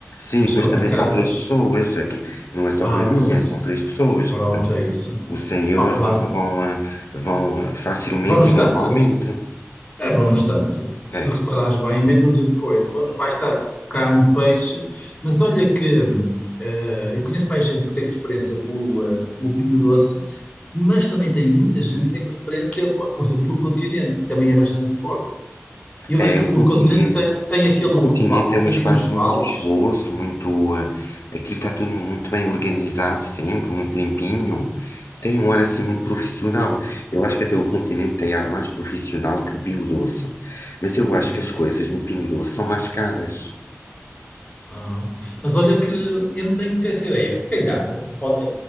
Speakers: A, on the left (about 65°); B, on the left (about 25°).
A: Sim,
B: Os supermercados.
A: pois também são três pessoas, aqui não é só
B: Ah,
A: para mim,
B: pronto.
A: é- são três pessoas,
B: Pronto,
A: portanto,
B: é isso.
A: os cem euros
B: Ah, claro.
A: vão, vão, ah, vão, ah, facilmente
B: Vão no estante?
A: e normalmente.
B: É, vão no estante. Se
A: É,
B: reparares bem, meia dúzia de coisas. Vão- Vai estar carne, peixe. Mas olha que hum, eh, eu conheço mais gente que tem preferência pelo, eh, pelo Pingo Doce, mas também tem muita gente que tem preferência, pô, por exemplo, pelo Continente, que também é bastante forte. E eu
A: é
B: acho que
A: o continente,
B: o Continente te- tem, aqueles
A: o continente
B: do Val,
A: é
B: também
A: um espaço
B: tem uns vales.
A: muito luxuoso, muito, ah, aquilo está tudo muito bem organizado sempre, muito limpinho, tem um ar assim muito profissional. Eu acho que até o continente tem ar mais profissional que o Pingo Doce, mas eu
B: Hum.
A: acho que as coisas no Pingo Doce são mais caras.
B: Ah, mas olha que eu não tenho muito essa ideia. Se calhar, pode- a